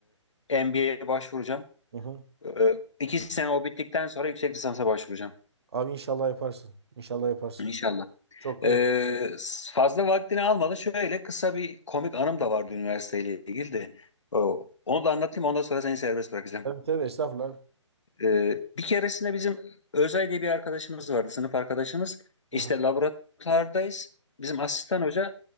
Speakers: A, on the left; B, on the right.
A: e, NBA'ye başvuracağım.
B: hı hı.
A: Ee, iki sene o bittikten sonra yüksek lisansa başvuracağım.
B: Abi inşallah yaparsın. İnşallah yaparsın.
A: İnşallah.
B: Çok
A: Ee,
B: da yakın.
A: fazla vaktini almadı. Şöyle kısa bir komik anım da vardı üniversiteyle ilgili de. O- Onu da anlatayım ondan sonra seni serbest bırakacağım.
B: Tabii tabii estağfurullah. abi.
A: Ee, bir keresinde bizim Özay diye bir arkadaşımız vardı, sınıf arkadaşımız.
B: Hı
A: İşte
B: hı,
A: laboratuvardayız. Bizim asistan hoca